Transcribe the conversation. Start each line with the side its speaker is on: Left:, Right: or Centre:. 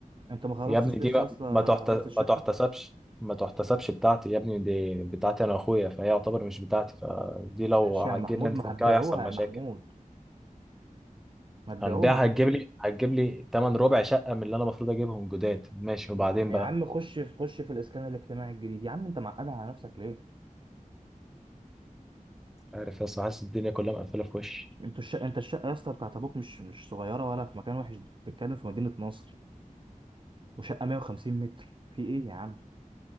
Right: انت ما خلصتش
Centre: يا ابني دي
Right: لسه
Centre: بقى
Right: يا اسطى
Centre: ما تحت...
Right: ورث
Centre: ما
Right: الشقه
Centre: تحتسبش ما تحتسبش بتاعتي يا ابني دي بتاعتي انا واخويا فهي يعتبر مش بتاعتي فدي لو
Right: ماشي يا محمود
Centre: جينا نفكها
Right: ما هتبيعوها
Centre: هيحصل مشاكل
Right: يا محمود ما تبيعوها
Centre: هنبيعها هتجيب لي هتجيب لي تمن ربع شقة من اللي انا المفروض اجيبهم جداد ماشي وبعدين
Right: يا يا
Centre: بقى
Right: عم خش في خش في الاسكان الاجتماعي الجديد يا عم انت معقدها على نفسك ليه
Centre: عارف يا اسطى حاسس الدنيا كلها مقفلة في وشي
Right: انتوا الشقه انت الشقه يا اسطى بتاعت ابوك مش مش صغيره ولا في مكان وحش بتتكلم في مدينه نصر وشقه 150 متر في ايه يا عم